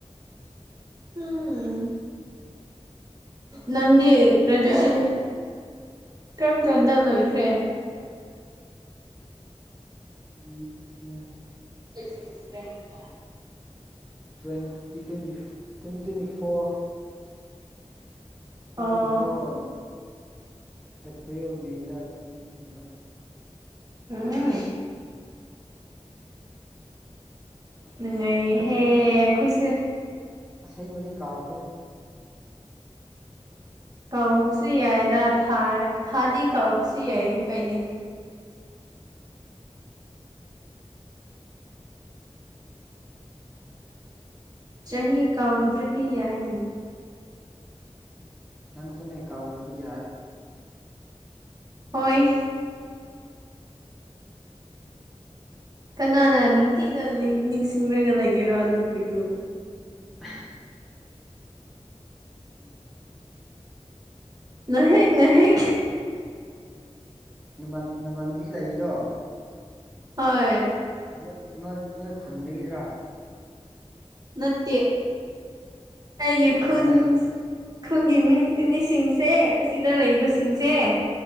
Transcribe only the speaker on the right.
ꯎꯝ ꯅꯪꯗꯤ ꯒ꯭ꯔꯦꯖꯨꯑꯦꯁꯟ ꯀꯔꯝ ꯀꯥꯟꯗ ꯂꯣꯏꯈ꯭ꯔꯦ
ꯑꯩꯗꯤ <unintelligible>
ꯑꯣ
ꯑꯥ ꯅꯨꯉꯥꯢꯌꯦꯍꯦ
ꯑꯈꯣꯏꯁꯨ
ꯀꯥꯎꯕꯁꯨ ꯌꯥꯏꯗꯥ ꯊꯥꯗꯤ ꯀꯥꯎꯁꯨ ꯌꯥꯏ ꯀꯥꯢꯗꯦ ꯆꯍꯤ ꯀꯥꯎꯗ꯭ꯔꯗꯤ ꯌꯥꯏ
ꯍꯣꯏ ꯀꯅꯥꯅ ꯅꯤꯡꯇꯤꯅ ꯅꯤꯡꯁꯤꯡꯂꯒ ꯂꯩꯒꯦꯔꯣ ꯑꯗꯨ ꯈꯣꯏꯗꯨ
ꯅꯍꯦꯛ ꯅꯍꯦꯛ
ꯍꯣꯏ
ꯅꯠꯇꯦ ꯑꯩꯒꯤ
ꯈꯨꯟ ꯈꯨꯨꯟꯒꯤ ꯃꯤ ꯃꯤꯁꯤꯡꯁꯦ ꯑꯁꯤꯗ ꯂꯩꯕꯁꯤꯡꯁꯦ